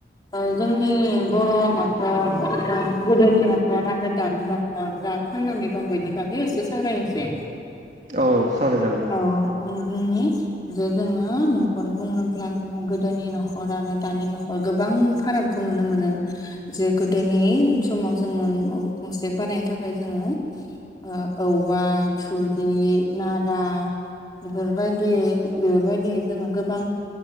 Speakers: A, on the left (about 20°); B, on the right (about 40°).
A: ओ जोंनि बर' नखर जों गोदोनि नखर आरो दानि नखर अ दा थांनानै दं बेनि बागै एसे सावरायनोसै
B: औ सावराय जागोन नोंथां
A: औ आं बुंनि जे जोङो न'खर बुङोब्ला जों गोदोनि न'खर आरो दानि न'खराव गोबां फारागखौ नुनो मोनो। जे गोदोनि समाव जोङो न' गंसे बानायनो थाखाय जोङो ओ औवा थुरि नारा बेफोरबायदियै बेफोरबायदि जोङो गोबां